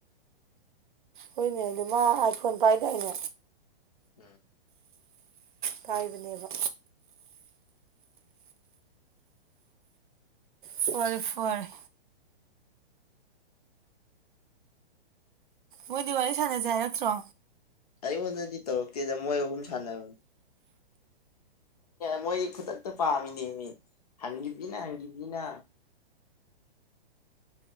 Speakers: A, on the right; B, on the left.
A: ꯍꯣꯏꯅꯦ ꯑꯗꯨ ꯃꯥ ꯑꯥꯏꯐꯣꯟ ꯄꯥꯏꯗꯥꯏꯅꯦ
B: ꯎꯝ
A: ꯄꯥꯢꯕꯅꯦꯕ ꯐꯔꯦ ꯐꯔꯦ ꯃꯣꯏꯗꯤ ꯋꯥꯔꯤ ꯁꯥꯅꯁꯦ ꯍꯥꯏꯔꯛꯇ꯭ꯔꯣ
B: ꯑꯩꯉꯣꯟꯗꯗꯤ ꯇꯧꯔꯛꯇꯦꯗ ꯃꯣꯏ ꯑꯍꯨꯝ ꯁꯥꯅꯕꯅꯦ ꯃꯣꯏꯗꯤ ꯈꯨꯗꯛꯇ ꯄꯥꯝꯃꯤꯅꯦꯃꯤ ꯍꯪꯈꯤꯕꯁꯤꯅ ꯍꯪꯈꯤꯕꯁꯤꯅ